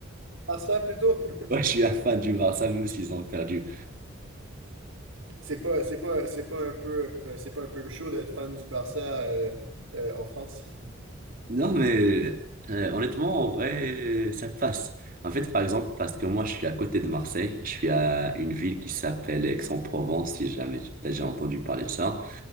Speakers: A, on the right; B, on the right.
A: Barça plutôt. <laughs>
B: Ouais, je suis un fan du Barça, même s'ils ont perdu.
A: C'est pas c'est pas c'est pas un peu euh, c'est pas un peu chaud d'être fan du Barça euh, euh, en France. <laughs>
B: Non, mais euh, honnêtement, en vrai, ça passe. En fait, par exemple, parce que moi, je suis à côté de Marseille, je suis à une ville qui s'appelle Aix-en-Provence, si jamais tu as déjà entendu parler de ça.